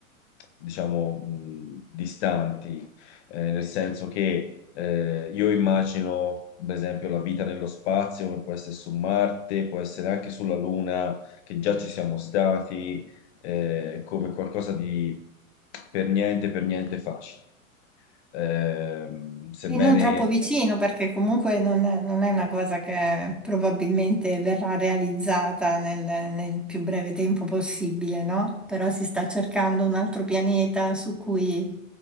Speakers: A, on the left; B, in the centre.
A: diciamo, mh, distanti, eh, nel senso che eh, io immagino, per esempio, la vita nello spazio, che può essere su Marte, può essere anche sulla Luna, che già ci siamo stati eh, come qualcosa di per niente, per niente facile. Ehm, sebbene
B: E non troppo vicino, perché comunque non, non è una cosa che probabilmente verrà realizzata nel, nel più breve tempo possibile, no? Però si sta cercando un altro pianeta su cui